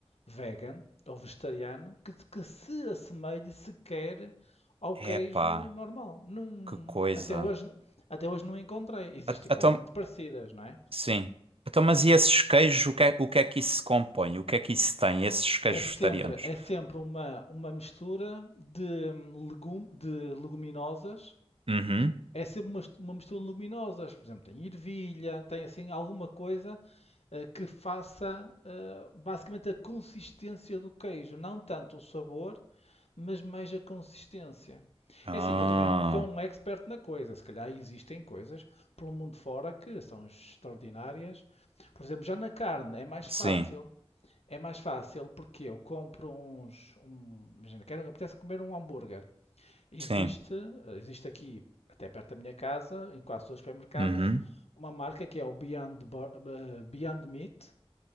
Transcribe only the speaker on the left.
vegan ou vegetariano que, se- que se assemelhe sequer ao
queijo normal. Não,
até hoje, até hoje não encontrei. Existem
coisas muito parecidas, não é?
É sempre,
é sempre uma, uma mistura de, hum, legum, de leguminosas
É sempre uma, uma mistura luminosa. Por exemplo, tem ervilha, tem assim alguma coisa eh, que faça eh, basicamente a consistência do queijo. Não tanto o sabor, mas mais a consistência.
É assim, eu também não sou um expert na coisa. Se calhar existem coisas pelo mundo fora que são extraordinárias. Por exemplo, já na carne é mais
fácil. É mais fácil porque eu compro uns. Um, imagina, quero, apetece comer um hambúrguer. Existe,
eh, existe aqui, até perto da minha casa, em quase todos os supermercados,
uma marca que é o Beyond, Bur- eh, Beyond Meat,